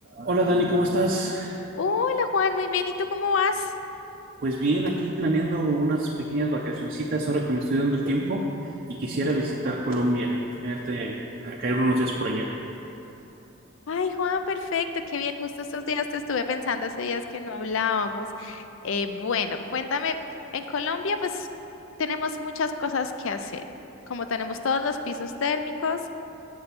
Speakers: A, on the right (about 40°); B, on the left (about 60°).
A: Hola Dani, ¿cómo estás?
B: Hola Juan, muy bien. ¿Y tú cómo vas?
A: Pues bien, aquí planeando unas pequeñas vacacioncitas ahora que me estoy dando el tiempo y quisiera visitar Colombia, este, a caer unos días por allá.
B: Ay Juan, perfecto, qué bien. Justo estos días te estuve pensando, hace días que no hablábamos. Eh, bueno, cuéntame, en Colombia pues tenemos muchas cosas que hacer, como tenemos todos los pisos térmicos,